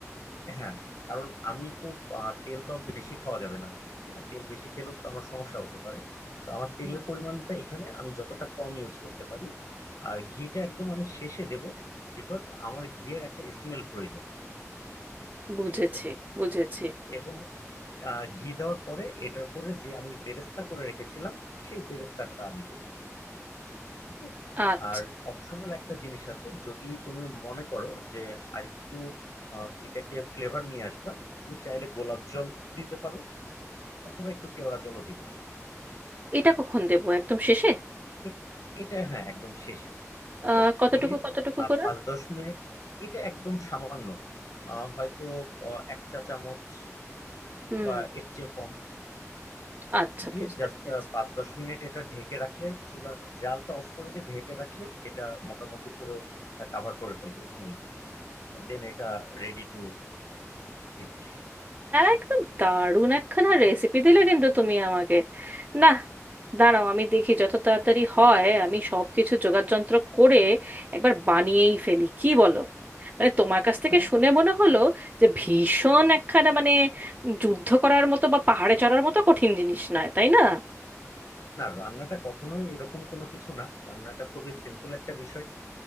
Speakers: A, on the left (about 80°); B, on the right (about 30°).
A: হ্যাঁ কারণ আমি তো আহ, তেল তো আর বেশি খাওয়া যাবে না হ্যাঁ তেল বেশি খেলেও তো আমার সমস্যা হতে পারে তো আমার তেলের
B: হুম।
A: পরিমাণটা এখানে আমি যতটা কম ইউজ করতে পারি আর ঘিটা একদম আমি শেষে দেব বিকজ আমার ঘিয়ের একটা স্মেল প্রয়োজন
B: বুঝেছি
A: ঠিক আছে
B: বুঝেছি
A: এবং আহ, ঘি দেওয়ার পরে এটার পরে যে আমি বেরেস্তা করে রেখেছিলাম সেই বেরেস্তাটা আমি দেব ওকে
B: আচ্ছা
A: আর অপশনাল একটা জিনিস আছে যদি তুমি মনে করো যে আরেকটু আহ, এটাকে ফ্লেভার নিয়ে আসবা তুমি চাইলে গোলাপ জল দিতে পারো অথবা একটু কেওড়া জলও দিতে পারো
B: এটা কখন দেবো একদম শেষে
A: এ- এটা হ্যাঁ একদম শেষে
B: আহ
A: জাস্ট
B: কতটুকু
A: দিয়ে
B: কতটুকু
A: আর
B: করে
A: পাঁচ দশ মিনিট এটা একদম সামান্য আহ, হয়তো আহ, এক চা চামচ
B: হুম
A: বা এর চেয়ে কম
B: আচ্ছা
A: দিয়ে
B: বুঝতে
A: জাস্ট
B: পেরেছি
A: পাঁচ দশ মিনিট এটা ঢেকে রাখলে চুলার জালটা অফ করে দিয়ে ঢেকে রাখলে এটা মোটামুটি পুরো কাভার করে ফেলবে স্মেল দেন এটা রেডি টু ইট
B: একদম দারুণ একখানা রেসিপি দিলে কিন্তু তুমি আমাকে না দাঁড়াও আমি দেখি যত তাড়াতাড়ি হয় আমি সব কিছু যোগাড়যন্ত্র করে একবার বানিয়েই ফেলি কি বলো মানে তোমার কাছ থেকে
A: হ্যাঁ
B: শুনে মনে হলো যে ভীষণ একখানা মানে যুদ্ধ করার মতো বা পাহাড়ে চড়ার মতো কঠিন জিনিস নয় তাই না
A: না রান্নাটা কখনোই এরকম কোনো কিছু না রান্নাটা খুবই সিম্পল একটা বিষয়